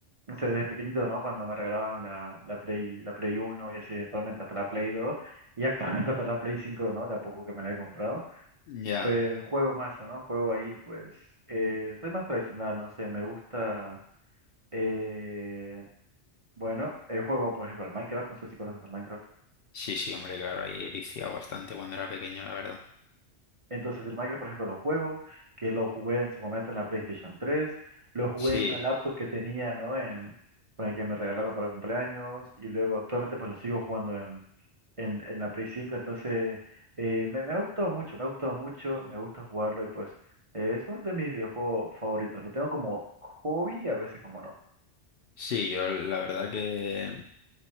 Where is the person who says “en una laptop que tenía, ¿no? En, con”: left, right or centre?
Right